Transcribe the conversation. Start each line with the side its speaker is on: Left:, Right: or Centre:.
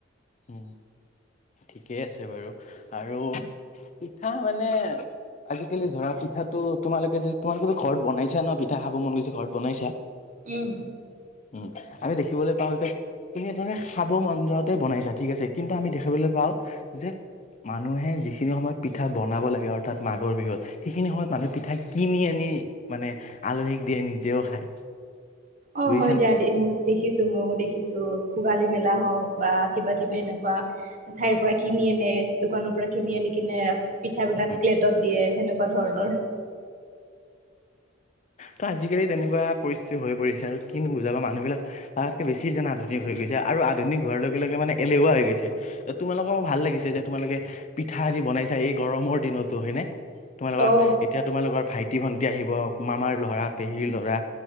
Left: হম। ঠিকেই আছে বাৰু আৰু পিঠা মানে আজিকালি ধৰা পিঠাটো তোমালোকে যে তোমালোকেতো ঘৰত বনাইছা ন' পিঠা খাব মন গৈছে ঘৰত বনাইছা?
Right: উম
Left: উম, আমি দেখিবলৈ পাওঁ যে তুমি এই ধৰণে খাব মন যাওঁতে বনাইছা ঠিক আছে, কিন্তু আমি দেখিবলৈ পাওঁ যে! মানুহে যিখিনি সময়ত পিঠা বনাব লাগে, অৰ্থাৎ মাঘৰ বিহুত সেইখিনি সময়ত মানুহে পিঠা কিনি আনি মানে আলহীক দিয়ে। নিজেও খায়।
Right: অ',
Left: বুজিছা
Right: হয়। দিয়া দি উ, দেখিছো, ময়ো দেখিছো। ভোগালী মেলা হওঁক বা কিবা কিবি এনেকুৱা ঠাইৰ পৰা কিনি আনে দোকানৰ পৰা কিনি আনি কিনে। পিঠ বিলাক
Left: নে?
Right: প্লেটত দিয়ে। সেনেকুৱা ধৰণৰ
Left: ত', আজিকালি তেনেকুৱা পৰিস্থিতি হৈ পৰিছে আৰু কিনো বুজাবা মানুহবিলাক তাকে বেছি যেন আধুনিক হৈ গৈছে, আৰু আধুনিক হোৱাৰ লগে লগে মানে এলেহুৱা হৈ গৈছে। তোমালোকৰ মোৰ ভাল লাগিছে যে, তোমালোকে পিঠা যে বনাইছা। এই গৰমৰ দিনতো হয় নে? তোমালোকৰ
Right: অ।
Left: এতিয়া তোমালোকৰ ভাইটি ভন্টি আহিব মামাৰ ল'ৰা পেহীৰ ল'ৰা